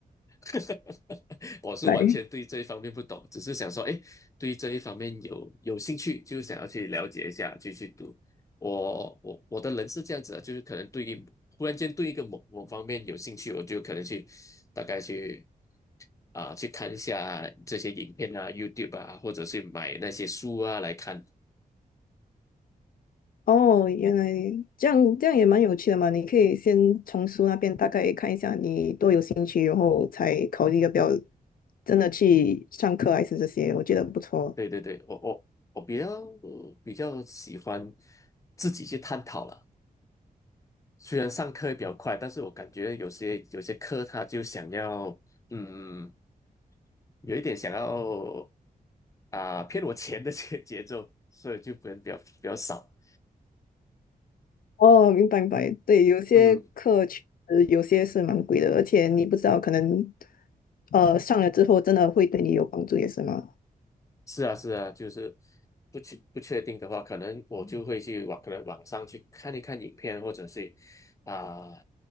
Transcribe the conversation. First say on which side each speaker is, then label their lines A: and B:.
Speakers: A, on the left; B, on the left.
A: <laughs> 我是完全对这一方面不懂，
B: 对，
A: 只是想说，哎，对这一方面有有兴趣，就想要去了解一下，就去读。我我我的人是这样子的，就是可能对于忽然间对一个某某方面有兴趣，我就可能去大概去啊、去看一下这些影片啊、YouTube 啊，或者是买那些书啊来看。
B: 哦，原来这样，这样也蛮有趣的嘛。你可以先从书那边大概看一下你多有兴趣，然后才考虑要不要真的去上课还是这些，我觉得不错。
A: 对对对，我我我比较比较喜欢自己去探讨了。虽然上课比较快，但是我感觉有些有些课他就想要，嗯，有一点想要啊、骗我钱的这个节奏，所以就不能比较比较少。
B: 哦，明白明白，对，有些课确实有些是蛮贵的，
A: 嗯。
B: 而且你不知道可能呃上了之后真的会对你有帮助，也是吗？
A: 是啊，是啊，就是不确不确定的话，可能我就会去网，可能网上去看一看影片，或者是啊、